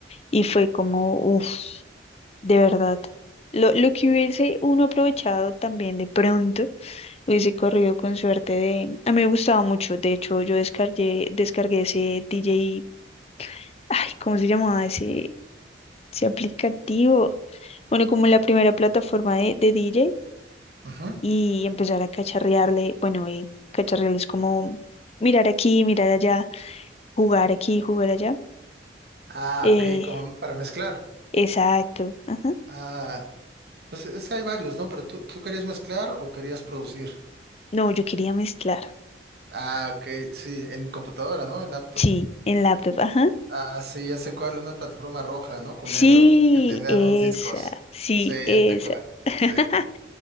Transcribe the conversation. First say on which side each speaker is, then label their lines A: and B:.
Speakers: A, on the left; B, on the right.
A: y fue como, uff, de verdad. Lo, lo que hubiese uno aprovechado también de pronto, hubiese corrido con suerte de... A mí me gustaba mucho, de hecho yo descargué, descargué ese DJ ay, ¿cómo se llamaba ese, ese aplicativo? Bueno, como la primera plataforma de, de DJ
B: Ujú.
A: y empezar a cacharrearle, bueno, y cacharrearle es como mirar aquí, mirar allá, jugar aquí, jugar allá.
B: Ah,
A: Eh,
B: ok, como para mezclar.
A: exacto, ajá.
B: Ah, pues es que hay varios, ¿no? Pero tú, tú querías mezclar o querías producir.
A: No, yo quería mezclar,
B: Ah, ok, sí, en computadora, ¿no? En laptop.
A: sí, en laptop, ajá.
B: Ah, sí, ya sé cuál, una plataforma roja, ¿no? Con
A: Sí,
B: negro, que tenía
A: esa,
B: dos discos.
A: sí,
B: Sí,
A: esa.
B: ya sé cuál.
A: <laughs>
B: Sí.